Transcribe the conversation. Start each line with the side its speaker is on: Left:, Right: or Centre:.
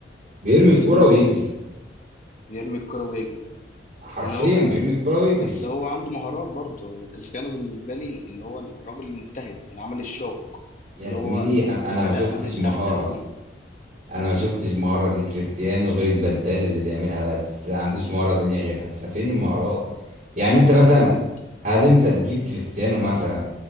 Right: بيرمي
Left: بيلم
Right: الكرة ويجري
Left: بس يرمي الكرة ويجري
Right: حرفيا
Left: يعني هو كان
Right: بيرمي الكرة ويجري
Left: بس هو عنده مهارات برضه هو كريستيانو بالنسبة لي اللي هو الراجل المجتهد اللي عمل الشوك
Right: يا
Left: اللي
Right: زميلي
Left: هو
Right: انا أنا
Left: بدأها
Right: ما شفتش
Left: من
Right: مهاره
Left: تحت قوي
Right: انا ما شفتش مهاره لكريستيانو غير البدال اللي بيعملها بس ما عندوش مهاره تانية غيرها ففين المهارات يعني
Left: فين
Right: انت
Left: المهارات
Right: مثلا هل انت تجيب كريستيانو مثلا